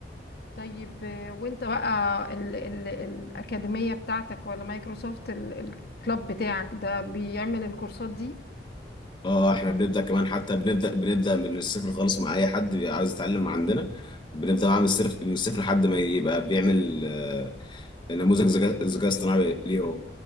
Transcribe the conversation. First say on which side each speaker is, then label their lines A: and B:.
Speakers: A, on the left (about 60°); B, on the left (about 25°).
A: طيب آه، وانت بقى ال ال الأكاديمية بتاعتك ولا مايكروسوفت ال- الكلاب بتاعك ده بيعمل الكورسات دي
B: اه احنا بنبدا كمان حتى بنبدا بنبدا من الصفر خالص مع اي حد بيبقى عاوز يتعلم عندنا بنبدا معاه من الصفر من الصفر لحد ما يبقى بيعمل آه، نموذج ذكاء ذكاء اصطناعي ليه هو